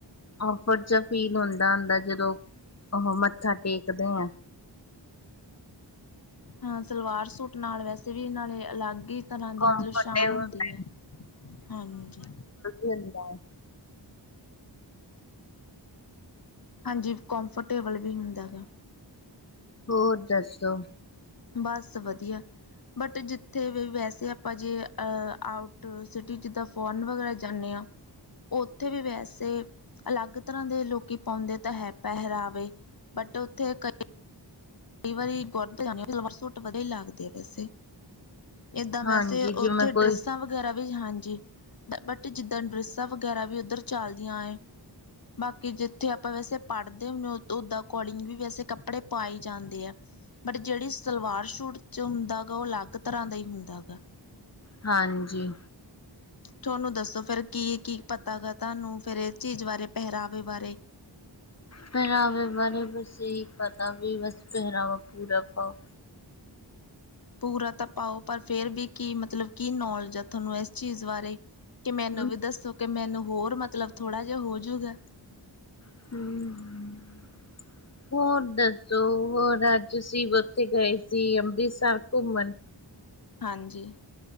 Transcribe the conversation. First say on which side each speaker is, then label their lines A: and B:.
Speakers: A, on the left; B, on the left.
A: ਆਫਰ ਚ ਕੀ ਹੁੰਦਾ ਹੁੰਦਾ ਜਦੋਂ ਉਹ ਮੱਥਾ ਟੇਕਦੇ ਆ
B: ਹਾਂ ਸਲਵਾਰ ਸੂਟ ਨਾਲ ਵੈਸੇ ਵੀ ਇਹ ਨਾਲੇ ਅਲੱਗ ਹੀ ਤਰ੍ਹਾਂ ਦੀ
A: ਕੰਫਰਟੇਬਲ
B: ਮਤਲਬ ਸ਼ਾਨ ਹੁੰਦੀ ਹੈ ਹਾਂਜੀ
A: ਨੀਂਦ ਏ,
B: ਹਾਂਜੀ ਕੋਮਫਰਟੇਬਲ ਵੀ ਹੁੰਦਾ ਹੈਗਾ,
A: ਹੋਰ ਦੱਸੋ।
B: ਬਸ ਵਧੀਆ ਬਟ ਜਿੱਥੇ ਵੀ ਵੈਸੇ ਆਪਾਂ ਜੇ ਆਊਟ ਸਿਟੀ ਜਿਦਾਂ ਫੋਰਨ ਵਗੈਰਾ ਜਾਨੇ ਆ ਉਥੇ ਵੀ ਵੈਸੇ ਅਲੱਗ ਤਰ੍ਹਾਂ ਦੇ ਲੋਕੀ ਪਾਉਂਦੇ ਤਾਂ ਹੈ ਪਹਿਰਾਵੇ। ਬਟ ਉੱਥੇ ਕਈ ਕਈ ਵਾਰੀ ਕੁਰਤੇ ਪਜਾਮੇ ਹੀਂ ਸਲਵਾਰ ਸੂਟ ਵਧੀਆ ਹੀ ਲੱਗਦੇ ਵੈਸੇ ਇਦਾਂ
A: ਹਾਂਜੀ
B: ਵੈਸੇ ਉਥੇ
A: ਜਿਵੇਂ
B: ਡਰਿਸਾਂ
A: ਕੋਈ
B: ਵ ਗੇਰਾ ਵੀ ਹਾਂਜੀ ਬਟ ਜਿੱਦਾਂ ਡਰੇਸਾ ਵਗੈਰਾ ਵੀ ਉਧਰ ਚੱਲਦੀਆਂ ਹੈ, ਬਾਕੀ ਜਿੱਥੇ ਆਪਾਂ ਵੈਸੇ ਪੜ੍ਹਦੇ ਹੁੰਦੇ ਓਦਾਂ ਅਕੋਰਡਿੰਗ ਵੀ ਵੈਸੇ ਕੱਪੜੇ ਪਾਏ। ਜਾਂਦੇ ਆ ਬਟ ਜਿਹੜੀ ਸਲਵਾਰ ਸੂਟ ਚ ਹੁੰਦਾ ਉਹ ਅਲੱਗ ਤਰ੍ਹਾਂ ਦਾ ਹੀ ਹੁੰਦਾ ਹੈਗਾ,
A: ਹਾਂਜੀ
B: ਤੁਹਾਨੂੰ ਦੱਸੋ ਫੇਰ ਕੀ ਕੀ ਪਤਾ ਹੈਗਾ ਤੁਹਾਨੂੰ ਇਸ ਚੀਜ਼ ਬਾਰੇ ਪਹਿਰਾਵੇ ਬਾਰੇ,
A: ਪਿਹਰਾਵੇ ਬਾਰੇ ਤੁਸੀ ਪਤਾ ਵੀ ਬਸ ਪਹਿਰਾਵਾ ਪੂਰਾ ਪਾਉ
B: ਪੂਰਾ ਤਾਂ ਪਾਓ ਪਰ ਫੇਰ ਵੀ ਕੀ ਮਤਲਬ ਕੀ ਨੌਲਜ ਆ ਥੋਂਨੂੰ ਏਸ ਚੀਜ਼ ਬਾਰੇ ਤੇ ਮੈਨੂੰ
A: ਹਮ
B: ਵੀ ਦੱਸੋ ਕਿ ਮੈਨੂੰ ਹੋਰ ਮਤਲਬ ਥੋੜਾ ਜਾ ਹੋਜੂਗਾ।
A: ਹੂੰ-ਹੂੰ
B: <inaudible>
A: ਹੋਰ ਦੱਸੋ ਹੋਰ ਅੱਜ ਅਸੀ ਉੱਥੇ ਗਏ ਸੀ ਅੰਮ੍ਰਿਤਸਰ ਘੁੰਮਣ
B: ਹਾਂਜੀ।